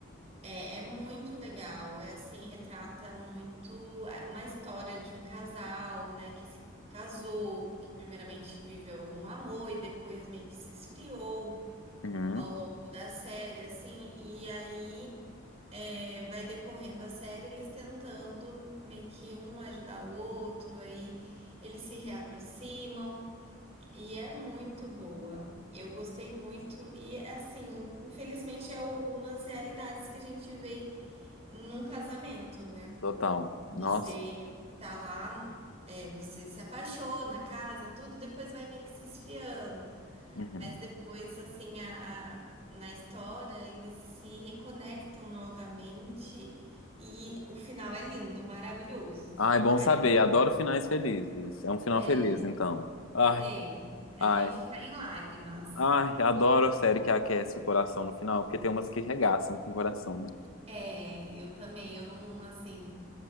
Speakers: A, on the right; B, on the left.
A: É, é muito legal. É assim, retrata muito a- uma história de um casal, né, que se casou, que primeiramente viveu um amor e depois meio que se esfriou.
B: Uhum,
A: ao longo da série, assim, e aí é, vai decorrendo a série eles tentando meio que um ajudar o outro, aí eles se reaproximam. E é muito boa. Eu gostei muito. E assim, infelizmente é algumas realidades que a gente vê num casamento, né?
B: total. Nossa.
A: Você tá lá, é, você se apaixona, casa, tudo, depois vai meio que se esfriando.
B: Uhum.
A: Mas depois, assim, a, a- na história, eles se reconectam novamente e o final é lindo, maravilhoso.
B: Ah, é bom
A: A-
B: saber. Adoro finais felizes. É um final
A: é,
B: feliz, então. Ai,
A: tem. A
B: ai,
A: gente cai em lágrimas.
B: ai, adoro série que aquece o coração no final, porque tem umas que regaçam com o coração, né?
A: É, eu também, eu não, assim,